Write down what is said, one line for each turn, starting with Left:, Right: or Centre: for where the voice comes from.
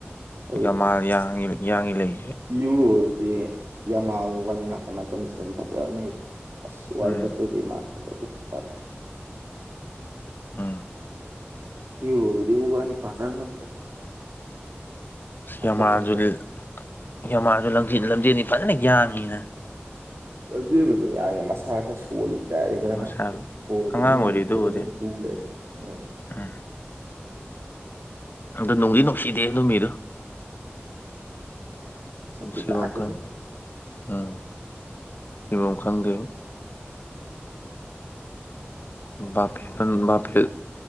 Right: ꯑꯗꯨ
Left: ꯌꯥꯃꯥꯜ
Right: <unintelligible>
Left: ꯌꯥꯡꯉꯤ ꯌꯥꯡꯉꯤ ꯂꯩꯔꯤꯁꯦ
Right: ꯌꯨꯔꯣꯗꯗꯤ ꯌꯝꯃꯥꯂ ꯃꯕꯥꯅꯤ ꯅꯥꯀꯟ ꯅꯥꯀꯟꯗ ꯆꯦꯂ ꯐꯖꯕꯅꯦ ꯑꯁ ꯋꯥꯔꯜ
Left: ꯎꯝ
Right: ꯀꯞꯇꯗꯤ ꯃꯥ ꯐꯖꯗꯦ ꯌꯥꯗꯦ
Left: ꯑꯝ
Right: ꯌꯨꯔꯣꯗꯗꯤ ꯃꯕꯥꯅꯤ ꯄꯥꯅ ꯉꯝꯗꯕꯅꯤ ꯅꯥꯀꯟ
Left: ꯌꯥꯝꯃꯥꯂꯗꯨꯗꯤ
Right: ꯅꯥꯀꯟ
Left: ꯌꯥꯝꯃꯥꯥꯜꯁꯨ ꯂꯝꯖꯦꯟꯅꯤ ꯐꯖꯅ ꯌꯥꯡꯉꯤꯅ
Right: ꯂꯝꯖꯦꯟꯕꯨꯗꯤ ꯌꯥꯡꯉꯦ ꯃꯁꯥ ꯈꯔ ꯁꯣꯜꯂꯤ ꯀꯔꯤ ꯈꯔ
Left: ꯃꯁꯥꯗꯣ
Right: ꯕꯣꯜꯗꯣ
Left: ꯑꯉꯥꯡ
Right: ꯃꯤꯅ
Left: ꯑꯣꯏꯔꯤꯗꯨꯕꯨꯗꯤ
Right: ꯏꯟꯕꯗ ꯑꯗꯨꯝ ꯇꯨꯔꯦꯕ ꯎꯝ <inaudible>
Left: ꯎꯝ ꯑꯗꯣ ꯅꯨꯡꯗꯤ ꯅꯨꯡꯁꯤꯗꯦ ꯑꯗꯨꯏ ꯃꯤꯗꯨ
Right: ꯁꯛꯇꯤ
Left: ꯅꯨꯡꯁꯤꯕꯝ
Right: ꯀꯥꯛꯄꯅꯤ
Left: ꯈꯪ ꯎꯝ ꯅꯨꯡꯁꯤꯕꯝ ꯈꯪꯗꯦꯕ ꯕꯥꯄꯦꯗ ꯕꯥꯄꯦ